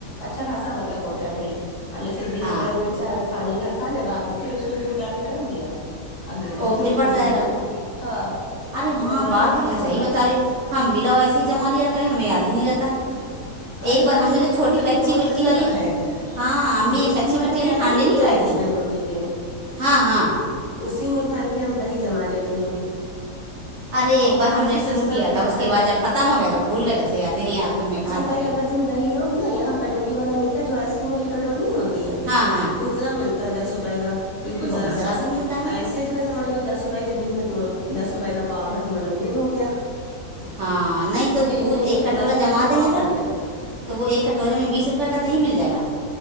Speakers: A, on the left; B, on the right.
A: اچھا خاصا مطلب ہوتا رہی اب جیسے دن
B: ہاں
A: میں میرا دل چاہ کھان کے کھا لیا رات میں پھر اس میں دودھ ڈال کے رکھ دیا اگلے دن
B: وہ
A: پھر دو
B: بڑھ
A: دن
B: جائے
A: گیا
B: گا
A: ہاں
B: ارے
A: تو
B: ہاں
A: منگانا
B: بات
A: بھی
B: تو
A: نہیں
B: تم
A: پڑتا
B: صحیح بتا رہی ہو ہم بلا ایسے ہی جمع لیا کریں ہمیں یاد ہی نہیں رہتا ہے
A: ارے
B: ایک بار
A: تو
B: ہم
A: تم
B: نے جو
A: یہ
B: چھوٹی
A: کر لو یہ
B: کچی
A: تو بہت
B: مٹی
A: صحیح
B: والی
A: ہے
B: ہاں ا
A: جو
B: میں ایک
A: چینی
B: اچھی
A: والا
B: مٹی
A: پیالہ
B: والی ہانڈی
A: ہوتا
B: نہیں
A: چائے
B: لائی
A: جس
B: تھی
A: میں ہم لوگ پیتے ہیں
B: ہاں ہاں
A: اسی میں بھر کے ہم دہی جما لیتے ہیں
B: ارے
A: اور
B: ایک
A: باہر
B: بار ہم
A: سے
B: نے
A: سستا
B: شروع کیا
A: بھی پڑتا
B: تھا اس کے
A: ہے
B: بعد جب ختم ہو گیا تو بھول گیا جب سیادنیی آپ تم نے کہا تھا
A: کہ اگر تم دہی ل گی نا یہاں کٹوری والا ملتا ہے جو آئس کریم والی کٹوری نہیں ہوتی ہے
B: ہاں ہاں
A: اتنا ملتا ہے دس روپے کا بالکل
B: تو
A: ذرا
B: بہت
A: سا
B: ملتا ہے
A: ایسے جو ہے سمجھ لو دس روپ روپ کے دودھ میں تو دس روپئے کا پاؤ بھر سے مان لو دودھ ہو گیا
B: ہاں نہیں تو
A: اے
B: دودھ
A: نہیں
B: ایک کٹورا
A: دس روپئے
B: جما
A: کا پاؤ
B: دیں گے اگر
A: بھر گیا
B: تو وہ ایک کٹورے میں بیس روپے کا د ہی مل جائے گا